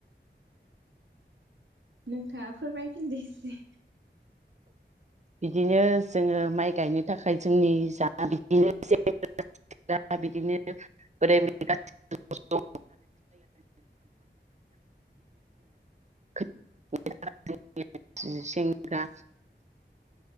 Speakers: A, on the right; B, on the right.
A: नोंथाङा फोरमायफिनदो एसे
B: बिदिनो जोङो माइ गायनो थाखाय जोंनि जा बिदिनो जे दा बिदिनो <inaudible> बिदिनो <inaudible> जोङो दा